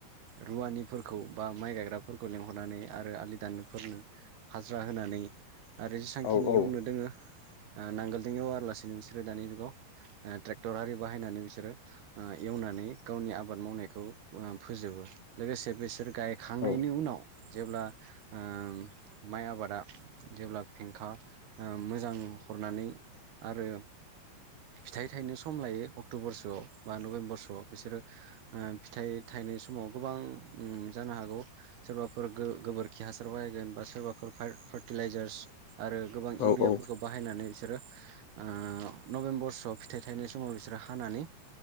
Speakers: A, on the right; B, on the left.
A: रुवानिफोरखौ बा माइ गायग्राफोरखौ लेंहरनानै आरो आलि दाननो फोरनो हाजिरा होनानै आरो जेसां खिनि
B: औ
A: एवनो दोङो ओ नांगोलदों एवा लासिनो बिसोरो दानि जुगाव ट्रेक्टर आरि बाहायनानै बिसोरो ओ एवनानै गावनि आबाद मावनायखौ ओ फोजोबो लोगोसे बिसोर गाय खांनायनि
B: औ
A: उनाव जेब्ला ओ माइ आबादा जेब्ला फेंखा ओ मोजां हरनानै आरो फिथाइ थायनो सम लायो अक्ट'बर सोआव बा नभेम्बर सोआव बिसोरो ओ फिथाइ थायनाय समाव गोबां उम जानो हागौ सोरबाफोर गो गोबोर खि हासार बायगोन बा सोरबाफोर फाय फोर फार्टिलाइजार्स आरो गोबां इउरियाफोरखौ
B: औ औ
A: बाहायनानै बिसोरो ओ नभेम्बरसोआव फिथाइ थायनाय समाव बिसोरो हानानै